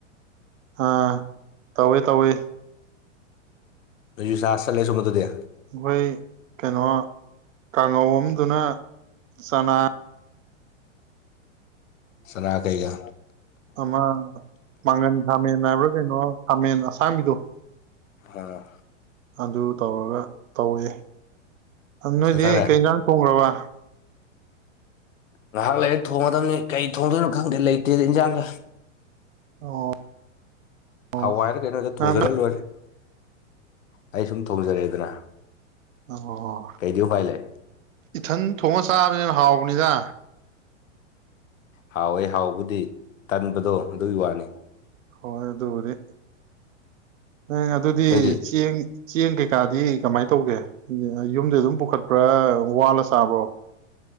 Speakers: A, on the right; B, on the left.
A: ꯑꯥ ꯇꯧꯋꯦ ꯇꯧꯋꯦ
B: ꯑꯗꯨ ꯁꯥꯁ ꯂꯩ ꯁꯃꯗꯨꯗꯦ
A: ꯑꯩꯈꯣꯏ ꯀꯩꯅꯣ ꯀꯥꯡꯉꯧꯝꯗꯨꯅ ꯆꯅꯥ
B: ꯆꯅꯥ ꯀꯩꯒ
A: ꯑꯃ ꯃꯥꯡꯒꯟ ꯈꯥꯃꯦꯟ ꯍꯥꯏꯕ꯭ꯔꯥ ꯀꯩꯅꯣ ꯈꯥꯃꯦꯟ ꯑꯁꯥꯝꯕꯤꯗꯣ
B: ꯑꯥ
A: ꯑꯗꯨ ꯇꯧꯔꯒ ꯇꯧꯑꯦ ꯅꯣꯏꯗꯤ
B: ꯁꯦꯠꯊꯔꯦ
A: ꯀꯩ ꯉꯥꯡ ꯇꯣꯡꯈ꯭ꯔꯕ
B: ꯉꯥꯏꯍꯥꯛ ꯂꯥꯏꯔꯤꯛ ꯊꯣꯡꯒꯗꯕꯅꯤ ꯀꯩ ꯊꯣꯡꯗꯣꯏꯅꯣ ꯈꯪꯗꯦ ꯂꯩꯇꯦꯗ ꯏꯟꯖꯥꯡꯒ
A: ꯑꯣ ꯑꯣ
B: ꯍꯋꯥꯏꯔ ꯀꯩꯅꯣꯗ
A: ꯅꯪ
B: ꯊꯣꯡꯖꯤꯜꯂ ꯂꯣꯏꯔꯦ ꯑꯩ ꯁꯨꯝ ꯊꯣꯡꯖꯔꯦꯗꯅ
A: ꯑꯣ
B: ꯀꯩꯗꯤ ꯎꯄꯥꯏ ꯂꯩ
A: ꯏꯊꯟ ꯊꯣꯡꯉ ꯆꯥꯕꯅꯤꯅ ꯍꯥꯎꯕꯅꯤꯗ
B: ꯍꯥꯎꯋꯦ ꯍꯥꯎꯕꯨꯗꯤ ꯇꯟꯕꯗꯣ ꯑꯗꯨꯒꯤ ꯋꯥꯅꯤ
A: ꯍꯣꯏ ꯑꯗꯨ ꯑꯣꯏꯔꯦ ꯎ ꯑꯗꯨꯗꯤ
B: ꯅꯣꯏꯗꯤ
A: ꯆꯦꯡ ꯆꯦꯡ ꯀꯩꯀꯥꯗꯤ ꯀꯃꯥꯏꯅ ꯇꯧꯒꯦ ꯌꯨꯝꯗ ꯑꯗꯨꯝ ꯄꯨꯈꯠꯄ꯭ꯔꯥ ꯋꯥꯂ ꯆꯥꯕ꯭ꯔꯣ